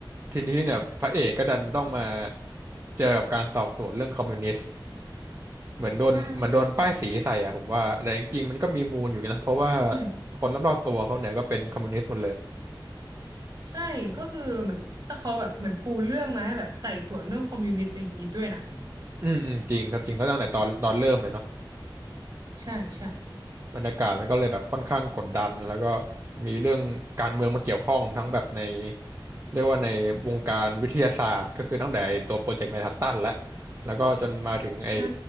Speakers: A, on the right (about 35°); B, on the right (about 50°).
A: ทีนี้เนี่ยพระเอกก็ดันต้องมา
B: โอ้
A: เจอกับการสอบสวนเรื่องคอมมิวนิสต์เหมือนโดนเหมือนโดนป้ายสีใส่อ่ะผมว่าแต่จริงๆมันก็มีมูลอยู่นะเพราะว่า
B: ใช่อืมอืม
A: คนรอบๆตัวเขาเนี่ยก็เป็นคอมมิวนิสต์หมดเลย
B: ใช่ ก็คือเหมือนตะเขาแบบเหมือนปูเรื่องมาให้แบบไต่สวนเรื่องคอมมิวนิสต์อย่างนี้ด้วยนะ
A: อืมอืมจริงครับจริงก็ตั้งแต่ตอนตอนเริ่มเลยเนาะ
B: ใช่ใช่
A: บรรยากาศมันก็เลยแบบค่อนข้างกดดันแล้วก็มีเรื่องการเมืองมาเกี่ยวข้องทั้งแบบใน เรียกว่าในวงการวิทยาศาสตร์ก็คือตั้งแต่ไอ้ตัวโปรเจกต์แมนฮัตตันแล้ว แล้วก็จนมาถึงไอ้
B: ใช่